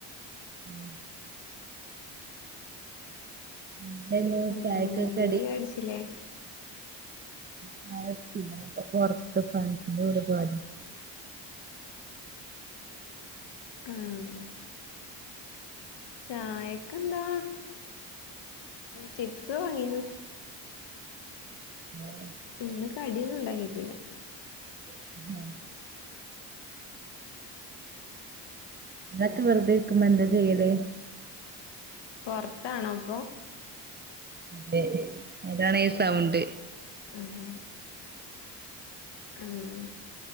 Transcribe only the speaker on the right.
ആഹ്. എന്തെനു
ചായക്ക് കടി.
ചായുട്ച്ചില്ല അപ്പൊ പൊർത്ത് ഫ്രണ്ട്സിന്റെ വീട് പോയ
ആഹ്.
<inaudible> ഇങ്ങളൊക്കെ വെറുതെ ഇര്ക്കുമ്പൊ എന്താ ചെയ്യലേ.
അതെ അതാണ് ഈ സൗണ്ട്.